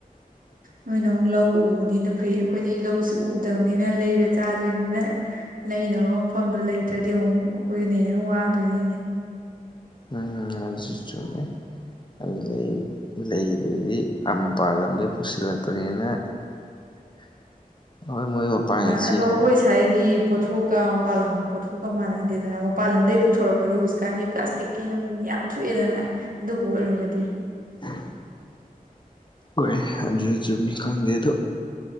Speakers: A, on the left; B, on the right.
A: <inaudible>
B: ꯅꯣꯏ ꯅ ꯑꯃꯨꯛ ꯂꯧ ꯎꯕꯅꯤꯅ ꯐꯩ ꯑꯩꯈꯣꯏꯗꯤ ꯂꯧꯁꯨ ꯎꯗꯕꯅꯤꯅ ꯂꯩꯔ ꯆꯥꯗꯣꯏꯅꯤꯅ ꯂꯩꯅꯕ ꯃꯐꯝꯗꯣ ꯂꯩꯇ꯭ꯔꯗꯤ ꯑꯃꯨꯛ ꯑꯩꯈꯣꯏꯅ ꯍꯦꯟꯅ ꯋꯥꯗꯣꯏꯅꯦꯅꯦ
A: ꯎꯝ ꯑꯗꯨꯁꯨ ꯆꯨꯝꯃꯤ ꯑꯗꯩ ꯂꯩꯕꯩꯗꯤ ꯃꯄꯥꯥꯟ ꯂꯝꯗꯩ ꯄꯨꯁꯤꯜꯂꯛꯄꯅꯤꯅ <inaudible> ꯍꯣꯏ ꯃꯣꯏ ꯃꯄꯥꯟꯒꯤ
B: <unintelligible>
A: ꯆꯦꯡ
B: ꯑꯗꯣ ꯑꯩꯈꯣꯏ ꯑꯩꯈꯣꯏ ꯁꯥꯏꯒꯤ ꯄꯣꯠꯊꯣꯛꯀ ꯃꯄꯥꯟ ꯂꯝꯒꯤ ꯄꯣꯠꯊꯣꯛꯀ ꯃꯥꯟꯅꯗꯦꯗꯅ ꯃꯄꯥꯟ ꯂꯝꯗꯒꯤ ꯄꯨꯊꯣꯔꯛꯄꯗꯣ ꯍꯧꯖꯤꯛꯀꯥꯟꯗꯤ ꯄ꯭ꯂꯥꯁ ꯇꯤꯛꯀꯤ ꯅꯨꯠ ꯌꯥꯝ ꯊꯣꯛꯑꯦꯗꯅ ꯑꯗꯨꯕꯨ ꯑꯣꯏꯔꯝꯃꯗꯤ
A: <unintelligible> ꯑꯗꯨꯖꯨ ꯈꯪꯗꯦꯗꯣ